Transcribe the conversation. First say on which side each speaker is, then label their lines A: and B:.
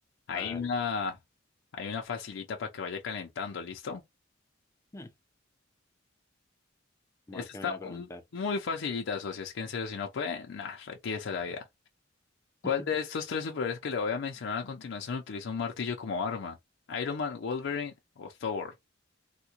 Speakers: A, on the left; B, on the left.
A: Hay
B: mal.
A: una, hay una facilita para que vaya calentando, ¿listo?
B: Hmm, Omar,
A: Esta
B: ¿qué
A: está
B: me va a preguntar?
A: mu- muy facilita, socio. Es que en serio, si no puede, nah, retírese a la vida. ¿Cuál
B: <laughs>
A: de estos tres superhéroes que le voy a mencionar a continuación utiliza un martillo como arma? ¿Iron Man, Wolverine o Thor?